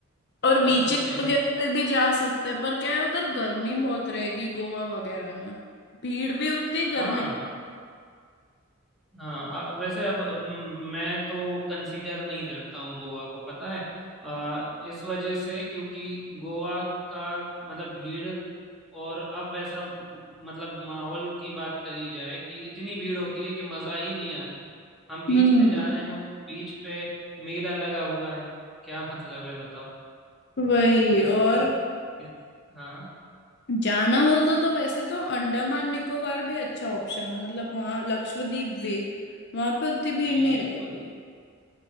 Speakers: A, on the left; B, in the centre.
A: और
B: कर
A: बीचेस
B: सकते हैं
A: वगैरह
B: वैसे
A: पे भी जा सकते हैं पर क्या है उधर गर्मी बहुत रहेगी गोवा वगैरह में भीड़ भी उतनी
B: हाँ
A: गर्मी भी।
B: हाँ अ, वैसे अब अम, मैं तो कंसीडर नहीं करता हूँ गोवा को पता है अ, इस वजह से क्योंकि गोवा का मतलब भीड़ और अब वैसा म, मतलब माहौल की बात करी जाए कि इतनी भीड़ होती है कि मज़ा ही नहीं आता हम बीच
A: हम्म
B: पे जा रहे हैं बीच पे मेला लगा हुआ है क्या मतलब है बताओ
A: वही
B: इसकी
A: और
B: इस, हाँ
A: जाना हो तो तो वैसे तो अंडमान निकोबार भी अच्छा ऑप्शन है मतलब वहाँ लक्षद्वीप वे वहां पे उतनी भीड़
B: जी
A: नहीं
B: बिल्कुल
A: रहेगी